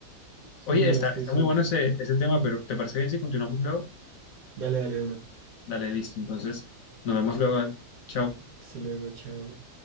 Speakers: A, on the right; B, on the left.
A: Sí,
B: Oye,
A: no,
B: está,
A: es
B: está
A: que esos.
B: muy bueno ese, ese tema, pero ¿te parece bien si continuamos luego?
A: Dale, dale una.
B: Dale, listo. Entonces, nos vemos luego. dale. Chao.
A: Hasta luego, chao.